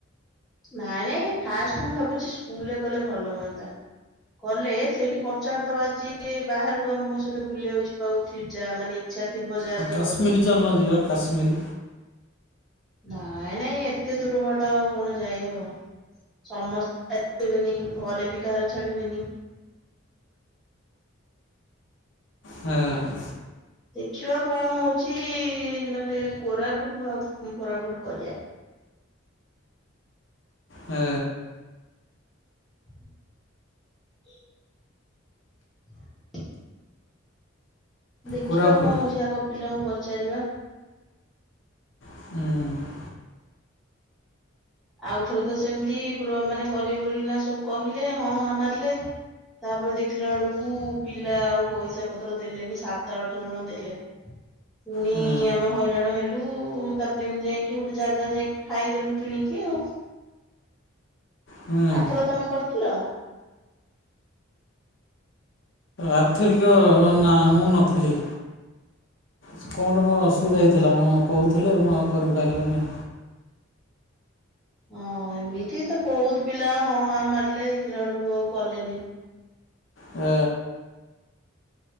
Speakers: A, in the centre; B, on the left (about 65°).
A: ନାଇଁ ନାଇଁ ଫାଷ୍ଟ ମୁଁ ଭାବୁଛି ସ୍କୁଲରେ କଲେ ଭଲ ହୁଅନ୍ତା କଲେ ସେଇଠି ପଚାରିଦବା ଯେ ବାହାରକୁ ଆମ ମୋ ସହିତ ବୁଲିିବାକୁ ଯିବାଉଥିବ ଯା ମାନେ ଇଚ୍ଛା ଥିବ ଯାହାର
B: ଆଉ କାଶ୍ମୀର
A: ଯିବାକୁ
B: ଚାଲୁନ ଯିବା କାଶ୍ମିର
A: ନାଇଁ ନାଇଁ ଏତେ ଦୂର ବାଟ ଆଉ କଣ ଯାଇହବ ସମସ୍ତେ <unintelligible> ବେନି ଘରେ ବି କାହାର ଛାଡିବେନି
B: ହଁ
A: ଦେଖିବା କଣ ହଉଚି ନହେଲେ କୋରାପୁଟ ଭା ଫୋରାପୁଟ କରିଆ
B: ଏ
A: <inaudible> <inaudible> ଦେଖିବା
B: କୋରାପୁଟ
A: କଣ ହଉଚି ଆଗ ପିଲାଙ୍କୁ ପଚାରିବା
B: ଉଁ
A: ଆଉଥର ତ ସେମିତି ପୁର ମାନେ କରିବ ବୋଲି ନା ସବୁ କହିଲେ ହଁ ହାଁ ମାରିଲେ ତାପରେ ଦେଖିଲା ବେଳୁକୁ ପିଲା ଆଉ ପଇସା ପତ୍ର ଦେଲେନି ସାତ ଆଠ ଜଣ ଦେଲେ ପୁଣି
B: ହୁଁ,
A: ଆମେ ହଇରାଣ ହେଲୁ ତାପରେ ଏମିତି ଯାଇକି ଗୋଟେ ଜାଗା ଯାଇକି ଖାଇଦେଲୁ କିଣିକି କି ଉ
B: ହୁଁ।
A: ଆରଥର ତମେ କରିଥିଲ
B: ଆଥରିକ ନାଁ ମୁଁ ନଥିଲି କଣ ଗୋଟେ ମୋର ଅସୁବିଧା
A: ହୁଁ
B: ହେଇଥିଲା ମୁଁ କହୁଥିଲି ମୁଁ ଆଉ କରିପାରିଲିନି।
A: ହଁ ଏମିତି ତ ବହୁତ ପିଲା ହଁ ହାଁ ମାରିଲେ ଦେଖିଲା ବେଳୁକୁ ଆଉ କଲେନି।
B: ଆ।